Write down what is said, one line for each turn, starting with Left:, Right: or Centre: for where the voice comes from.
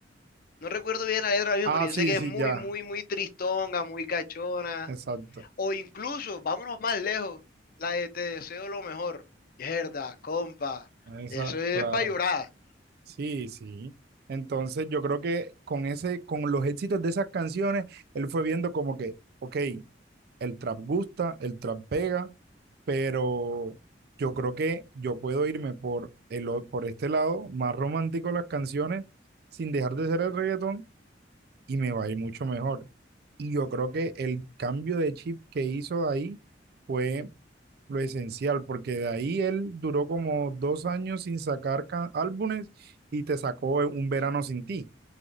Left: No recuerdo bien la letra ahora mismo,
Right: Ah,
Left: pero yo
Right: sí,
Left: sé que
Right: sí,
Left: es muy,
Right: ya,
Left: muy, muy tristonga, muy cachona.
Right: exacto.
Left: O incluso, vámonos más lejos, la de te deseo lo mejor. Mierda, compa,
Right: Esa,
Left: eso es
Right: claro.
Left: para llorar.
Right: Sí, sí. Entonces yo creo que con ese, con los éxitos de esas canciones, él fue viendo como que, ok, el trap gusta, el trap pega, pero yo creo que yo puedo irme por, el, o- por este lado más romántico de las canciones sin dejar de ser el reggaetón y me va a ir mucho mejor. Y yo creo que el cambio de chip que hizo ahí fue lo esencial, porque de ahí él duró como dos años sin sacar ca- álbumes y te sacó Un Verano Sin Ti,